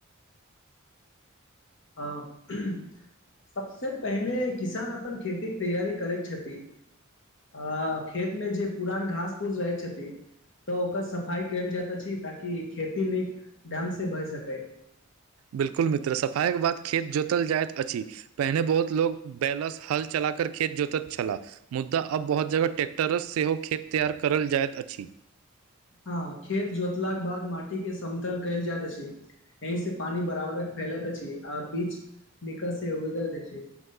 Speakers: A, on the left (about 60°); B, on the right (about 80°).
A: ह सभसे पहिने किसान अपन खेती के तैयारी करैत छथिन आ खेत मे जे पुरान घास फूस रहैत छथिन तऽ ओकर सफाई कयल जाइत अछि ताकि खेती नीक ढङंगसँ भए सकै
B: बिल्कुल मित्र सफाई के बाद खेत जोतल जाइत अछि पहिने बहुत लोको बैलस हल चला कर खेत जोत छला मुद्दा आब बहुत जगह ट्रैक्टरस सेहो खेत तैयार करल जाइत अछि।
A: हँ खेत जोतलाके बाद माटी के समतल कैल जाइत छै यहीं से पानी बराबर फैलत अछि आ बीच निकल से उगज छै